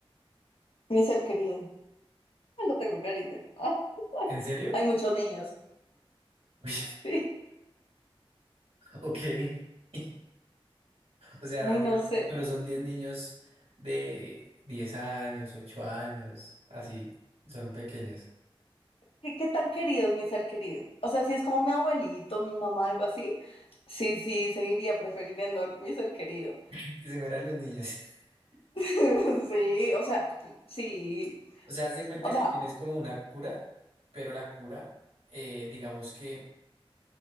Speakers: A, on the left (about 70°); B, on the right (about 85°).
A: Mi ser querido. No tengo clarísimo. Ah,
B: ¿En serio?
A: hay muchos niños.
B: <laughs> Uy,
A: Sí.
B: Ok. <laughs> O sea,
A: Ay,
B: digamos,
A: no sé.
B: pero son 10 niños de 10 años, 8 años, así, son pequeños.
A: ¿Qué, qué tan querido es mi ser querido? O sea, si es como mi abuelito, mi mamá, algo así, sí, sí, seguiría prefiriendo a mi ser querido.
B: <laughs> Que se mueran los niños. <laughs>
A: <laughs> Sí, o sea, sí.
B: O sea, haz de cuenta
A: O sea,
B: que tienes como una cura, pero la cura, eh, digamos que